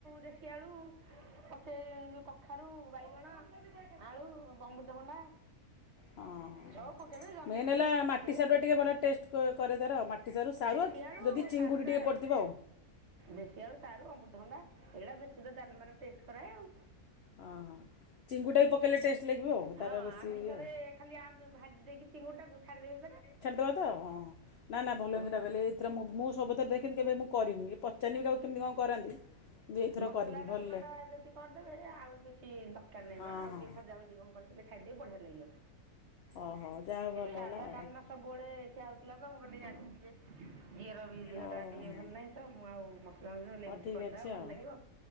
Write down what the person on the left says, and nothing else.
ହଁ
ମେନ୍
ହେଲା
ମାଟି
ସାରୁଟା ଟିକେ ଭଲ ଟେଷ୍ଟ କରେ ତାର ମାଟି ସାରୁ ସାରୁ
ଯଦି ଚିଙ୍ଗୁଡ଼ି
ଟିକେ
ପଡ଼ିଥିବ
ଅ ହଁ। ଚିଙ୍ଗୁଡି ରେ ପକେଇଲେ ଟେଷ୍ଟ ଲାଗିବ ଆଉ।
ତାର ବେଶୀ
ଇଏ।
ଛାଡିଦବା ତ ହଁ ନା ନା
ଭଲ। <unintelligible> ମୁଁ ସବୁଥିରେ ଦେଖେନି କେବେ ମୁଁ କରିନି, ପଚାରିନି ବି କାହାକୁ କେମିତି କଣ କରନ୍ତି। କିନ୍ତୁ ଏଇଥର
କରିବି
ଭଲ
ହଁ
ହଁ
ଓହୋ, ଯାହା ହଉ
ଭଲ ହେଲା।
ଆଉ
ହଉ ହଁ
ହଉ
ଠିକ୍
ଅଛି
ଆଉ